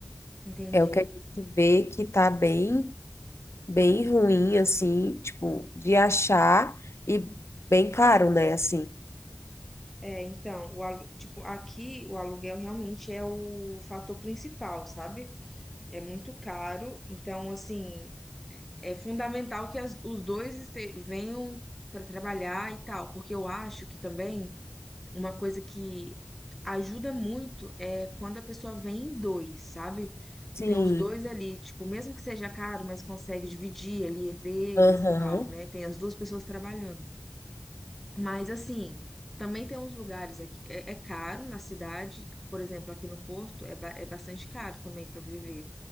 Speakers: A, in the centre; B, on the left.
A: Entendi.
B: É o que a gente vê que tá bem, bem ruim, assim, tipo, de achar e bem caro, né? Assim.
A: É, então, o, alu- tipo, aqui o aluguel realmente é o fator principal, sabe? É muito caro, então assim, é fundamental que as- os dois este- venham para trabalhar e tal, porque eu acho que também uma coisa que ajuda muito é quando a pessoa vem em dois, sabe? Que
B: Sim,
A: tem os dois ali, tipo, mesmo que seja caro, mas consegue dividir ali entre eles
B: aham,
A: e tal, né? Tem as duas pessoas trabalhando. Mas assim, também tem uns lugares aqui, é, é caro na cidade, por exemplo, aqui no Porto é, ba- é bastante caro também para viver.